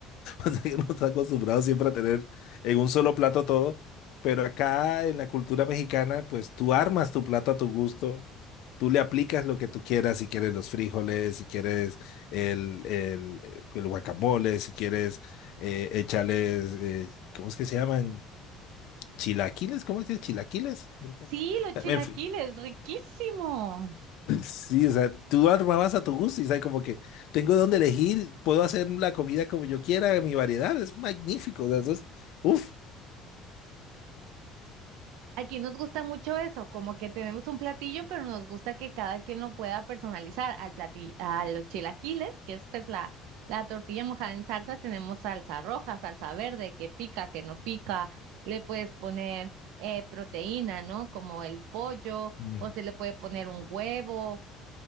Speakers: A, on the left; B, on the right.
A: O sea, que uno está acostumbrado siempre a tener en un solo plato todo, pero acá en la cultura mexicana, pues tú armas tu plato a tu gusto, tú le aplicas lo que tú quieras, si quieres los frijoles, si quieres el, el, eh, el guacamole, si quieres eh, echarles, eh, ¿cómo es que se llaman? Chilaquiles, ¿cómo es que es? Chilaquiles.
B: sí, los
A: En
B: chilaquiles,
A: fin,
B: riquísimos.
A: Sí, o sea, tú armabas a tu gusto y sabes como que tengo donde elegir, puedo hacer la comida como yo quiera, mi variedad es magnífico, o sea, eso es, uf.
B: Aquí nos gusta mucho eso, como que tenemos un platillo, pero nos gusta que cada quien lo pueda personalizar. Al platillo, a los chilaquiles, que es pues la, la tortilla mojada en salsa, tenemos salsa roja, salsa verde, que pica, que no pica. Le puedes poner eh, proteína, ¿no? Como el pollo,
A: Mm,
B: o se le puede poner un huevo.